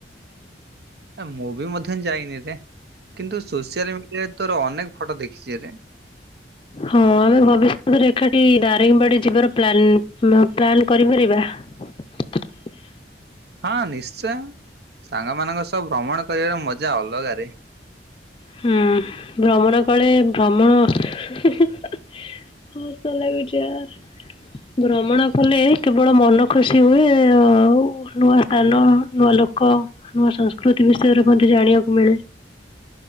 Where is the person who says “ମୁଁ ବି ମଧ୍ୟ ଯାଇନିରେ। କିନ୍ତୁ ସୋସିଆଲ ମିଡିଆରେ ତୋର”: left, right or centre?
Right